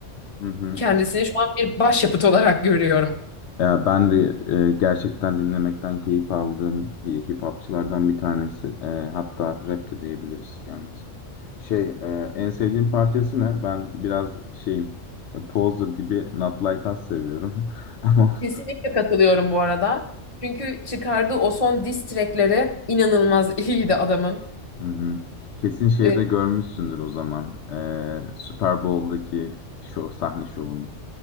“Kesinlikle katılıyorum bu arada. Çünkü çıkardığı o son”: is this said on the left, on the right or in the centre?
Left